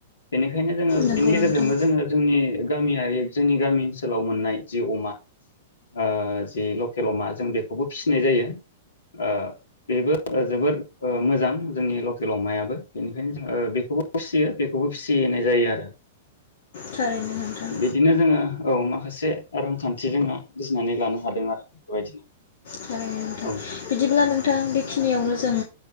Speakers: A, on the left; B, on the left.
A: बेनिखाय बेखायनो जोङो
B: नंगौ
A: बेनि गेजेरजोंबो
B: नोंथां
A: जोङो जोंनि गामियारि जोंनि गामि ओनसोलाव मोननाय जि अमा ओ जि लकेल अमा जों बेखौबो फिसिनाय जायो ओ बेबो जोबोद। ओ मोजां जोंनि लकेल अमायाबो बेनिखायनो जोङो बेखौबो फिसियो बेखौबो फिसिनाय जायो आरो।
B: थारैनो नोंथां
A: बिदिनो जोङो औ माखासे रांखान्थि जोङो बुजिनानै लानो हादों आरो बेबायदिनो
B: थारैनो नोंथां
A: औ।
B: बिदिब्ला
A: औ
B: नोंथां बेखिनियावनो। जों।